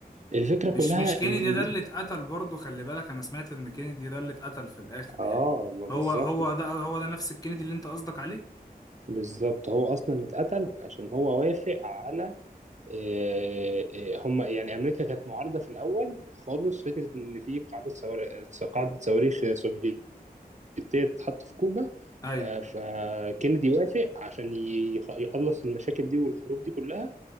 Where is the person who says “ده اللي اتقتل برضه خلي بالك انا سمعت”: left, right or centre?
Left